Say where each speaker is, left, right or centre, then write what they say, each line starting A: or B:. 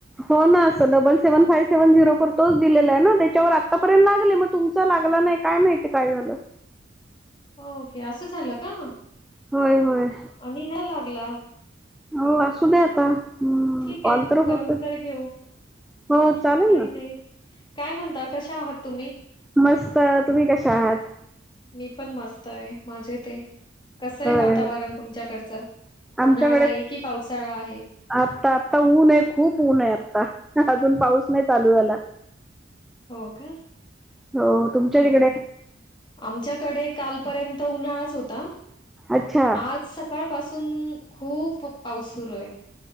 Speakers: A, in the centre; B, on the left.
A: हो ना असं double seven five seven zero तोच दिलेलाय ना त्याच्यावर आतापर्यंत लागले मग तुमचा लागलं नाही काय माहिती काय झालं.
B: ओके असं झालं का?
A: होय होय.
B: आणि ह्या लागला.
A: हो असू दे आता. हम्म
B: ठीके
A: कॉल तर
B: करून
A: होत
B: तर घेऊ काही
A: हो चालेल ना
B: नाही काय म्हण ता कशा आहात तुम्ही?
A: मस्त तुम्ही कशा आहात.
B: मी पण मस्तये मजेते कसय
A: होय
B: वातावरण
A: होय
B: तुमच्याकडचं.
A: आमच्याकडे
B: उन्हाळा आहे कि पावसाळा आहे.
A: आता आता ऊने खूप ऊने आता अजून पाऊस नाही चालू झाला.
B: हो का?
A: हो तुमच्या
B: चांगलं
A: तिकडे.
B: आहे. आमच्याकडे कालपर्यंत उन्हाळाच होता
A: अच्छा
B: आज सकाळपासून खूप पाऊस सुरूये.